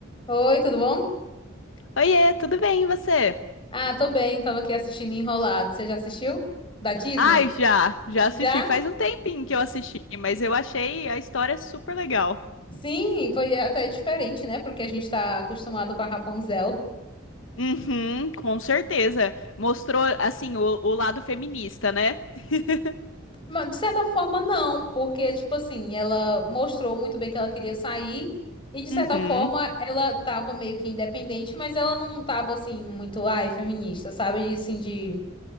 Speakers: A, on the left; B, on the left.
A: Oi, tudo bom?
B: Oiê, tudo bem, e você?
A: Ah, tô bem, tava aqui assistindo Enrolado. Você já assistiu? Da Disney?
B: Ai, já, já assisti.
A: Já?
B: Faz um tempinho que eu assisti, mas eu achei a história super legal.
A: Sim, foi até diferente, né? Porque a gente tá acostumado com a Rapunzel.
B: Uhum, com certeza. Mostrou, assim, o, o lado feminista, né? <laughs>
A: Mas, de certa forma, não, porque, tipo assim, ela mostrou muito bem que ela queria sair, e de certa
B: Uhum.
A: forma, ela tava meio que independente, mas ela não tava, assim, muito, ai, feminista, sabe? E, Assim, de,